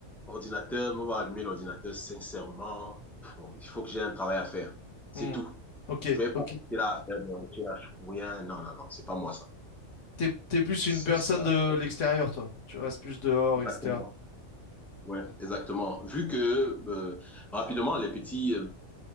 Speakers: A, in the centre; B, on the left.
A: ordinateur, me va allumer l'ordinateur, sincèrement, pff, il faut que j'ai un travail à faire. C'est
B: Hmm.
A: tout.
B: Ok,
A: Je vais
B: ok.
A: pas rester là à faire des recherches ou rien. Non, non, non, c'est pas moi ça.
B: T'es, t'es plus
A: Ça,
B: une personne
A: ça,
B: de l'extérieur, toi. Tu restes plus dehors,
A: exactement.
B: etc.
A: Ouais, exactement. Vu que euh, rapidement, les petits, euh,